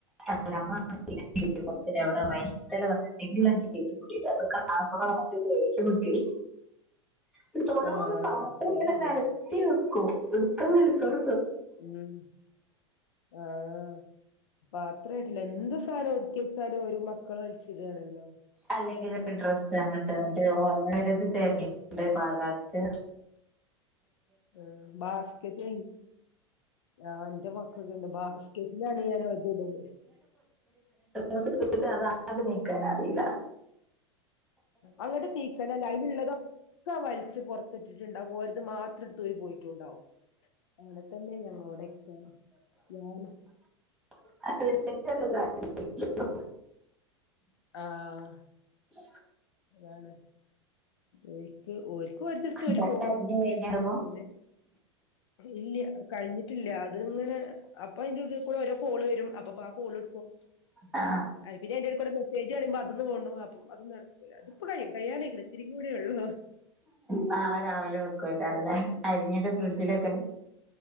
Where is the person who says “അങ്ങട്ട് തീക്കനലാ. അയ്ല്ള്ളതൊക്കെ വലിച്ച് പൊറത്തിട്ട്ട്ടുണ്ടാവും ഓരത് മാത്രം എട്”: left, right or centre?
Left